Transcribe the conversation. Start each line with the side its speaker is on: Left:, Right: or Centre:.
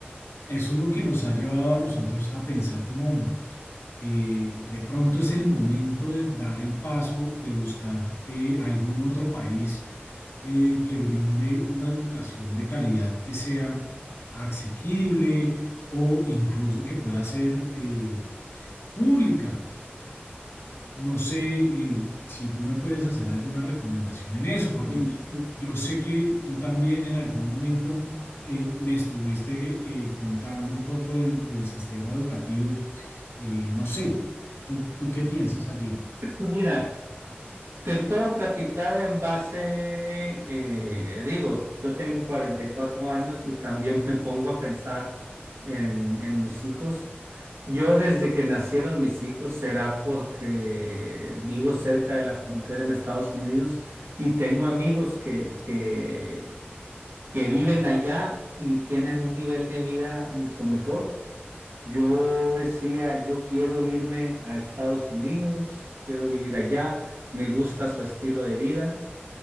Left: eso es lo que nos ha llevado a nosotros a pensar como eh, de pronto es el momento de dar el paso, de buscar eh, algún otro país eh, que brinde una educación de calidad que sea asequible o incluso que pueda ser eh, pública. No sé eh, si tú me puedes hacer alguna recomendación en eso, porque
Right: Mm, mm.
Left: yo sé que tú también en algún momento eh, me estuviste eh, contando un poco del, del sistema educativo. Eh, no sé, ¿tú, tú qué piensas allí?
Right: Mira. Te puedo platicar en base, eh, digo, yo tengo 44 años y también me pongo a pensar en, en mis hijos. Yo desde que nacieron mis hijos será porque vivo cerca de la frontera en Estados Unidos y tengo amigos que, que, que viven allá y tienen un nivel de vida mucho mejor. Yo decía, yo quiero irme a Estados Unidos, quiero vivir allá, me gusta su estilo de vida